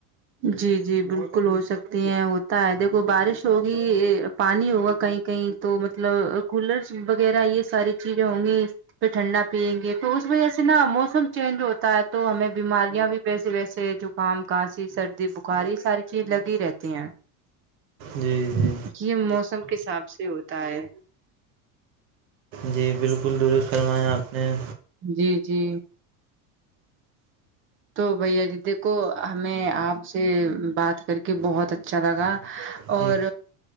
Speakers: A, on the right; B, on the right.
A: جی جی بالکل ہو سکتی ہیں ہوتا ہے دیکھو بارش ہوگی پانی ہوگا کہیں کہیں تو مطلب کولر وغیرہ یہ ساری چیزیں ہوں گی پھر ٹھنڈا پئیں گے تو اس وجہ سے نا موسم چینج ہوتا ہے تو ہمیں بیماریاں بھی ویسے ویسے زکام کانسی سردی بخاری ساری چیز لگی ہی رہتی ہیں
B: جی جی
A: یہ موسم کے حساب سے ہوتا ہے
B: جی بالکل درست فرمایا آپ نے
A: جی جی تو بھیا جی دیکھو ہمیں آپ سے بات کر کے بہت اچھا لگا اور
B: جی